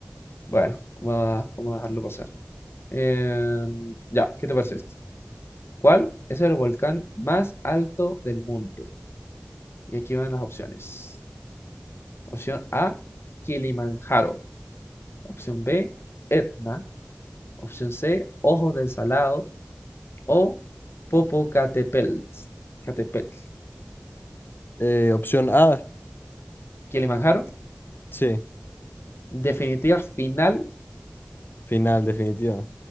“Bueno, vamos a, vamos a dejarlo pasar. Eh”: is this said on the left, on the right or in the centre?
Left